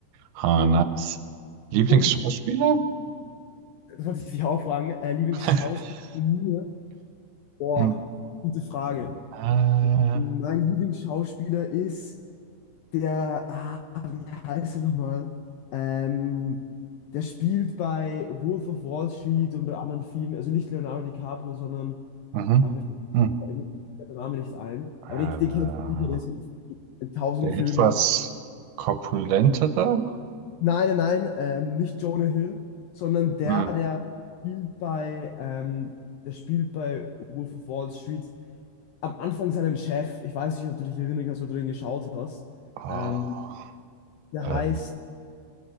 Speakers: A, on the right; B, on the left.
A: Ha,
B: Und,
A: nice. Lieblingsschauspieler?
B: und das wollte ich dich auch fragen, äh, Lieblingsschauspieler
A: <laughs>
B: von mir? Boah,
A: Hm.
B: gute Frage.
A: Äh,
B: Mein Lieblingsschauspieler ist der, ah, wie heißt er nochmal? Ähm, der spielt bei Wolf of Wall Street und bei anderen Filmen, also nicht Leonardo DiCaprio, sondern,
A: Mhm.
B: aber mir
A: Hm.
B: fällt da der Name nicht ein.
A: Äh,
B: Aber den, den kennst du sicher, der ist in, in tausend
A: der
B: Filmen.
A: etwas korpulentere?
B: Nein, nein, nein, ähm, nicht Jonah Hill, sondern der,
A: Hm.
B: der spielt bei, ähm, der spielt bei Wolf of Wall Street am Anfang seinen Chef, ich weiß nicht, ob du dich erinnern kannst, ob du den geschaut hast.
A: Oh,
B: Ähm, der
A: äh,
B: heißt,